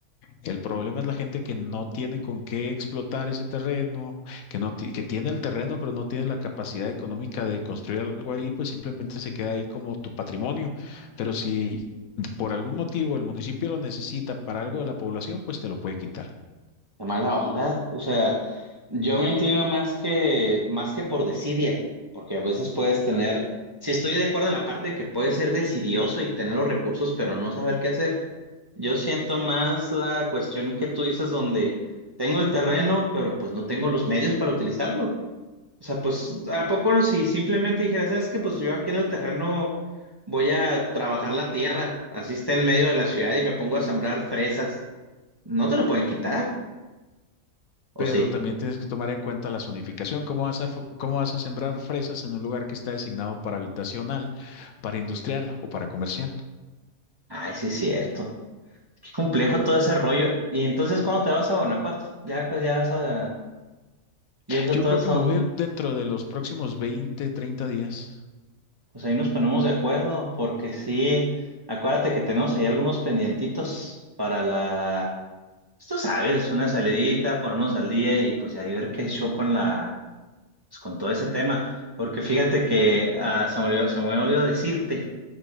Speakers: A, on the left (about 80°); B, on the right (about 20°).
A: El problema es la gente que no tiene con qué explotar ese terreno, que no ti- que tiene el terreno, pero no tiene la capacidad económica de construir algo ahí, pues simplemente se queda ahí como tu patrimonio. Pero si por algún motivo el municipio lo necesita para algo de la población, pues te lo puede quitar.
B: Qué mala onda. O sea, yo me inclino más que, más que por desidia, porque a veces puedes tener, si estoy de acuerdo en la parte de que puedes ser desidioso y tener los recursos, pero no saber qué hacer. Yo siento más la cuestión que tú dices donde tengo el terreno, pero pues no tengo los medios para utilizarlo. O sea, pues, ¿a poco no? Si simplemente dijera, ¿sabes qué? Pues yo aquí en el terreno voy a trabajar la tierra, así está en medio de la ciudad y me pongo a sembrar fresas. ¿No te lo pueden quitar? ¿O
A: Pero
B: sí?
A: también tienes que tomar en cuenta la zonificación. ¿Cómo vas a, fo- cómo vas a sembrar fresas en un lugar que está designado para habitacional, para industrial o para comercial?
B: Ay, sí es cierto. Qué complejo todo ese rollo. Y entonces, ¿cuándo te vas a Guanajuato? Ya, pues, ya vas a- viendo
A: Yo
B: toda
A: creo
B: esa
A: que me
B: onda.
A: voy el- dentro de los próximos 20, 30 días.
B: Pues ahí nos ponemos de acuerdo, porque sí, acuérdate que tenemos ahí algunos pendientitos para la... Pues, Tú sabes, una salidita, ponernos al día y pues de ahí ver qué show con la pues, con todo ese tema, porque fíjate que ah, se me olvidó, se me olvidó decirte